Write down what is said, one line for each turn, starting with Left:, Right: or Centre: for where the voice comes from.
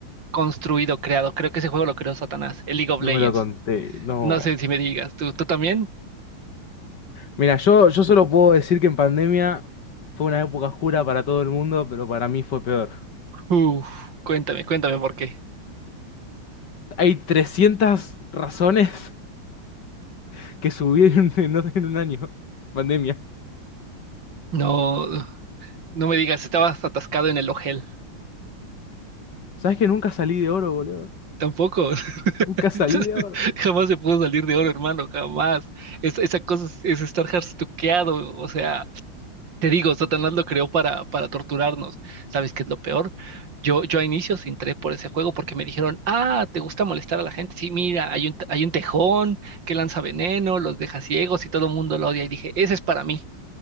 Right: construido, creado. Creo que ese juego lo creó Satanás, el League of
Left: No
Right: Legends.
Left: me lo conté, no.
Right: No sé si me digas, ¿tú, tú también?
Left: Mira, yo, yo solo puedo decir que en pandemia fue una época oscura para todo el mundo, pero para mí fue peor.
Right: Uf, cuéntame, cuéntame por qué.
Left: Hay 300 razones <laughs> que subí en, en un en un año. <laughs> Pandemia.
Right: No, no me digas, estabas atascado en el Ojel.
Left: ¿Sabes que nunca salí de oro, boludo?
Right: Tampoco.
Left: Nunca salí
Right: <laughs>
Left: de oro.
Right: Jamás se pudo salir de oro, hermano, jamás. Es- esa cosa es, es estar harstuqueado. O sea, te digo, Satanás lo creó para, para torturarnos. ¿Sabes qué es lo peor? Yo, yo a inicios entré por ese juego porque me dijeron, ah, ¿te gusta molestar a la gente? Sí, mira, hay un, hay un tejón que lanza veneno, los deja ciegos y todo el mundo lo odia. Y dije, ese es para mí.